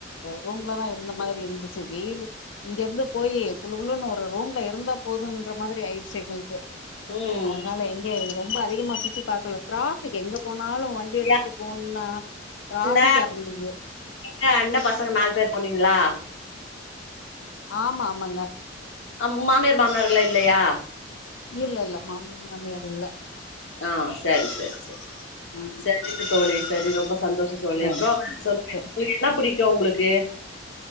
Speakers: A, on the left; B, on the left.
A: ரூம்லதா இருந்த மாதிரி இருந்து செர் வெயிலு இங்கருந்து போயி குளு குளுன்னு ரூம்ல இருந்தப் போதுன்ற மாதிரி ஆயிருச்சு <unintelligible>
B: ம்
A: அதனால எங்க ரொம்ப அதிகமா சுத்தி பாக்கல டிராஃபிக் எங்க போனாலு வண்டி எடுத்துட்டு
B: ஏ
A: போணுனா டிராஃபிக்காருந்தது
B: அண்ண ஏ அண்ண பசங்க நாலு பேர் போனீங்களா
A: ஆமா ஆமாங்க
B: ஆம் மாமியார் மாமனார் வீடலா இல்லையா
A: இல்ல இல்ல மாமி மாமியார் இல்ல
B: ஆ சரி சரி சரி
A: ம்
B: சரிங்க தோழி சரி ரொம்ப சந்தோஷோ தோழி
A: சரி
B: அப்பறோ சொல்லுங்க
A: சரி.
B: உங்களுக்கு என்ன பிடிக் கு உங்களுக்கு